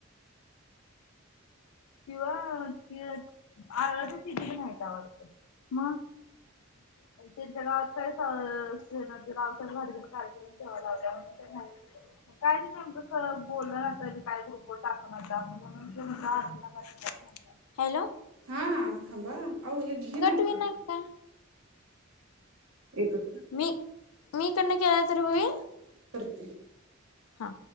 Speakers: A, on the left; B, on the right.
A: <unintelligible> हॅलो.
B: हा हा थांबा. आहो हे घी
A: कट
B: ना
A: होईना
B: की.
A: का
B: एक.
A: मी मी. <unintelligible> न केला तरी होईल.
B: ते.
A: हा.